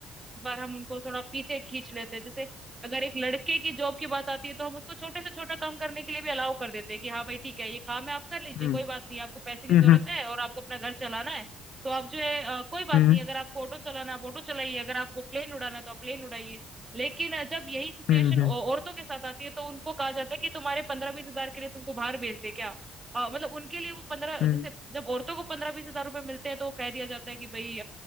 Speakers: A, on the right; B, on the left.
A: बार हम उनको थोड़ा पीछे खींच लेते हैं जैसे अगर एक लड़के की जॉब की बात आती है तो हम उसको छोटे से छोटा काम करने के लिए भी अलाउ कर देते हैं कि हाँ भाई ठीक है ये काम है आप कर लीजिए
B: हम्म
A: कोई बात नहीं आपको पैसे की
B: हम्म
A: जरूरत है और आपको अपना घर चलाना है तो आप जो है अ, कोई बात
B: हम्म
A: नहीं अगर आपको ऑटो चलाना है आप ऑटो चलाइए अगर आपको प्लेन उड़ाना है तो आप प्लेन उड़ाइए लेकिन अ, जब यही सिचुएशन
B: हम्म हम्म
A: औरतों के साथ आती है तो उनको कहा जाता है कि तुम्हारे पंद्रह बीस हजार के लिए तुमको बाहर भेज दे क्या अ, मतलब उनके लिए वो पंद्रह
B: हम्म
A: जैसे जब औरतों को पंद्रह बीस हजार रुपए मिलते हैं तो कह दिया जाता है कि भाई